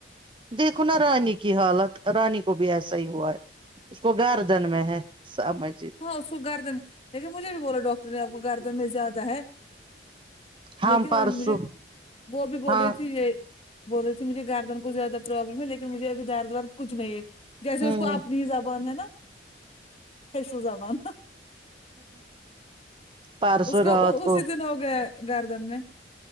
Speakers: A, on the right; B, on the left.
A: دیکھو نا رانی کی حالت رانی کو بھی ایسا ہی ہوا ہے اس کو گردن میں ہے سامے
B: ہاں اس کو گردن لیکن مجھے بھی بولا ڈاکٹر نے آپ کو گردن میں زیادہ ہے
A: ہم
B: لیکن
A: پرسوں
B: مجھے وه بھی بول
A: ہاں
B: رہی تھی یہ بول رہی تھی مجھے گاردن کو زیادہ پروبلم ہے لیکن مجھےبھی دارد وارد کچھ نہیں ہے جیسے
A: ہوں
B: اس کو اپنی ہی زبان ہے نا <unintelligible> زبان
A: پارسو
B: اس
A: رات کو
B: <unintelligible> ہو گیے گردن میں